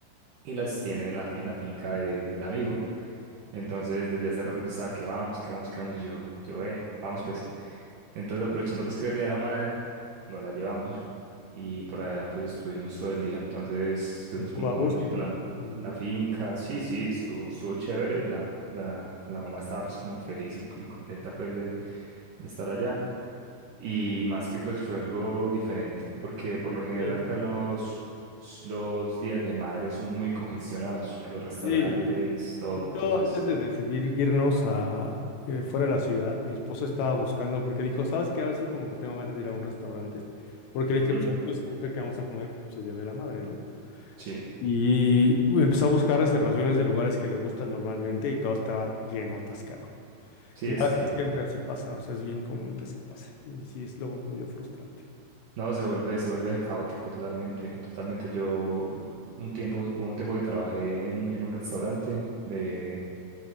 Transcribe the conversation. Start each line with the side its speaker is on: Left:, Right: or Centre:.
Right: Y las tiene en la, en la finca de- del amigo. Entonces, desde hace rato estaba que vamos, que vamos, que vamos. Y yo, yo, bueno, vamos pues. Entonces, aprovechando pues que era el Día de la Madre, nos la llevamos y por allá pues estuvimos todo el día. Entonces, estuvimos
Left: Y Estuvo
Right: como
Left: a
Right: conociendo
Left: gusto, ¿no?
Right: la,
Left: Sí,
Right: la finca. Sí, sí, estuvo, estuvo chévere. La, la, la mamá estaba pues como feliz y, y contenta pues de, de estar allá. Y más que pues fue algo diferente, porque por lo general
Left: sí.
Right: acá
Left: sí.
Right: los, los días de madre son muy congestionados, los restaurantes,
Left: Sí.
Right: todo.
Left: De hecho,
Right: Entonces...
Left: antes de decidir irnos a eh, fuera de la ciudad, mi esposa estaba buscando porque dijo, ¿sabes qué? A ver si como que tengo ganas de ir a un restaurante. Porque le dije,
Right: ujú.
Left: pues, a ver, pues escoge qué vamos a comer, porque pues, es Día de la Madre, ¿no?
Right: Sí,
Left: Y empezó a buscar reservaciones de lugares que le gustan normalmente y todo estaba lleno, atascado.
Right: sí,
Left: Y
Right: es
Left: la verdad
Right: que
Left: es que siempre así pasa, o sea, es bien común que eso pase. Y sí, es luego medio frustrante.
Right: no se vuelve, se vuelve caótico totalmente, totalmente. Yo uh, un tiempo, hubo un tiempo que trabajé en, en un restaurante de,